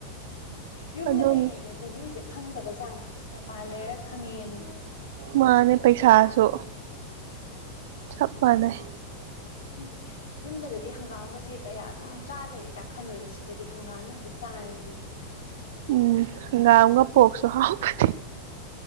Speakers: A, on the left; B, on the right.
A: ꯌꯨꯝꯗ
B: ꯑꯗꯨꯝ
A: ꯂꯩꯔꯤꯉꯩꯗ ꯚꯦꯂꯨꯖ‌ꯦ ꯈꯪꯗꯕꯖꯥꯠꯅꯤ ꯃꯄꯥꯟ ꯂꯩꯔ ꯈꯪꯉ‌ꯛꯑꯦꯗꯨꯅꯤ
B: ꯃꯥꯅꯦ ꯄꯩꯁꯥꯁꯨ ꯆꯞ ꯃꯥꯟꯅꯩ
A: ꯎꯝ ꯌꯨꯝꯗꯒꯗꯤ ꯍꯪꯒꯥꯝꯒꯖ‌ꯦ ꯀꯌꯥ ꯑꯗꯨꯝ ꯆꯥ ꯂꯩꯔꯦ ꯀꯥꯏ ꯈꯟꯕꯣꯗ ꯁꯤꯗꯗꯤ ꯍꯪꯒꯥꯝꯖ‌ꯦ ꯑꯝꯇ ꯆꯥꯔꯗꯤ
B: ꯎꯝ ꯍꯪꯒꯥꯝꯒ ꯄꯣꯛꯁꯨ ꯍꯥꯎꯕꯅꯤ